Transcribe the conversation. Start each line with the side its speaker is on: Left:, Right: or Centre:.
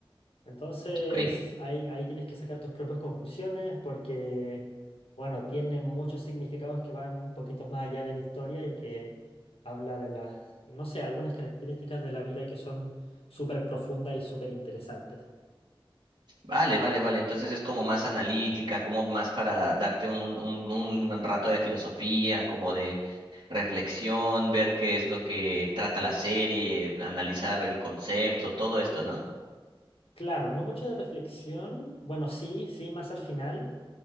Left: Entonces
Right: Ok.
Left: ahí, ahí tienes que sacar tus propias conclusiones porque, bueno, tiene muchos significados que van un poquito más allá de la historia y que habla de las, no sé, algunas características de la vida que son súper profundas y súper interesantes.
Right: Vale, vale, vale. Entonces es como más analítica, como más para darte un, un, un rato de filosofía, como de reflexión, ver qué es lo que trata la serie, analizar el concepto, todo esto, ¿no?
Left: Claro, no mucho de reflexión, bueno, sí, sí, más al final,